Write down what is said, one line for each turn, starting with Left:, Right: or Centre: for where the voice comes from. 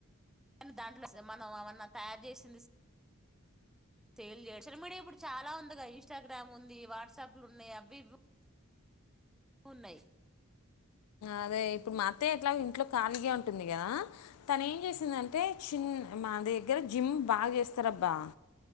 Centre: దాంట్లో స్ మనం అవన్న తయారు చేసి సేల్ చేసి సోషల్ మీడియా ఇప్పుడు చాలా ఉందిగా ఇన్స్టాగ్రామ్ ఉంది వాట్సాప్లు ఉన్నాయి అవి ఇవి ఉన్నాయి
Left: అదే ఇప్పుడు మత్ అతే ఇట్లా ఇంట్లో ఖాళీగానే ఉంటుంది కదా తన ఏం చేసిందంటే చిన్ మా దగ్గర జిమ్ బాగా చేస్తారబ్బా